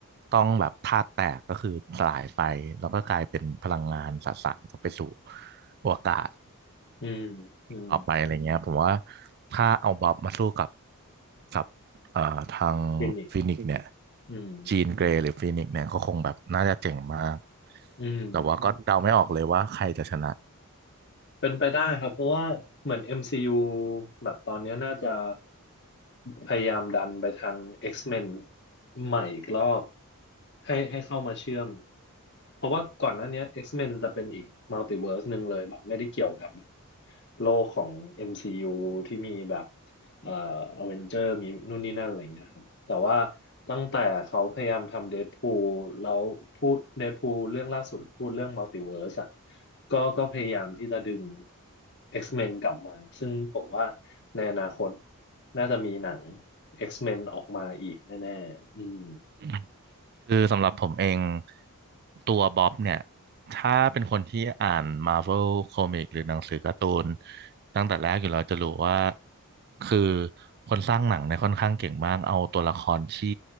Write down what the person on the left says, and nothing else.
อืม อืม อืม
เป็นอก
อืม
อืม
เป็นไปได้ครับเพราะว่าเหมือน MCU แบบตอนเนี้ยน่าจะพยายามดันไปทาง X-Men ใหม่อีกรอบให้ให้เข้ามาเชื่อมเพราะว่าก่อนหน้าเนี้ย X-Men จะเป็นอีกมัลติเวิร์สหนึ่งเลยแบบไม่ได้เกี่ยวกับแบบโลกของ MCU ที่มีแบบเอ่ออเวนเจอร์มีนู่นนี่นั่นอะไรเงี้ยครับ แต่ว่าตั้งแต่เขาพยายามทำเดดพูลแล้วพูดเดดพูลเรื่องล่าสุดพูดเรื่องมัลติเวิร์สอ่ะก็ก็พยายามที่จะดึง X-Men กลับมาซึ่งผมว่าในอนาคตน่าจะมีหนัง X-Men ออกมาอีกแน่ๆอืม